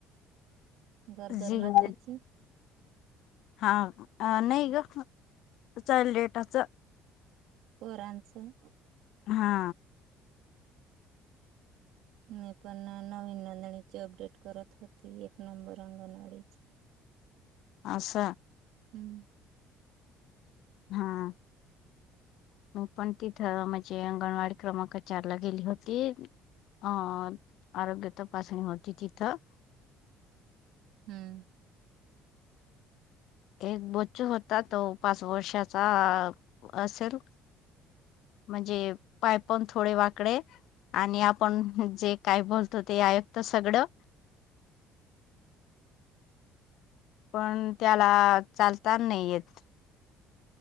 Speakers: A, on the right (about 70°); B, on the left (about 60°).
A: गरोदर
B: जी
A: माताची
B: ह हा नाही ग चाईल्ड डेटाच
A: फोरांचं
B: हा
A: मी पण नवीन नंदणीची अपडेट करत होती एक नंबर अंगणवाडीची
B: आस?
A: हम्म.
B: हां. मग पण तिथं म्हणजे अंगणवाडी क्रमांक चारला गेली होती. अ आरोग्य तपाचणी होती तिथं.
A: हम्म.
B: एक बच्चू होता तो पाच वर्षाचा असेल. म्हणजे पाय पण थोडे वाकडे आणि आपण जे काय बोलतो ते आयुक्त सगडं. पण त्याला चालता नाही येत.